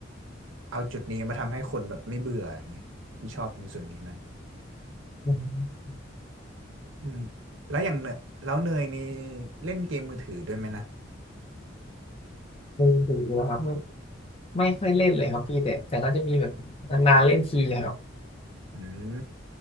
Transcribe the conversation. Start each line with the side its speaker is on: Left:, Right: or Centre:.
Right: เอาจุดนี้มาทำให้คนแบบไม่เบื่ออย่างเงี้ยที่ชอบในส่วนนี้มาก
Left: อืม
Right: อืมแล้วอย่างเนยแล้วเนยนี่เล่นเกมมือถือด้วยไหมนะ
Left: ไม่ดูแล้วครับไม่ไม่ค่อยเล่นเลยครับพี่แต่แต่ก็จะมีแบบนานๆเล่นทีอะครับ
Right: อืม